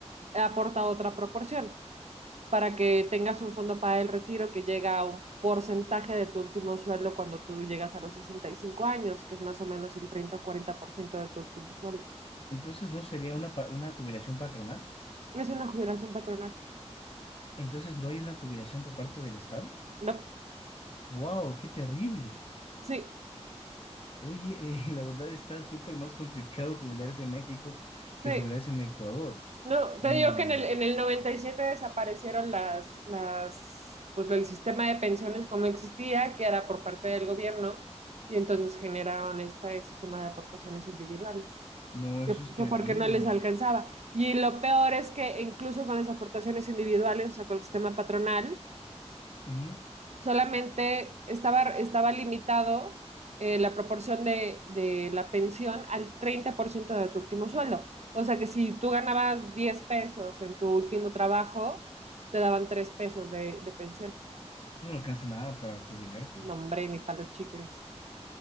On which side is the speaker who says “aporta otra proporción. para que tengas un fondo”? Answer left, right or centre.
Right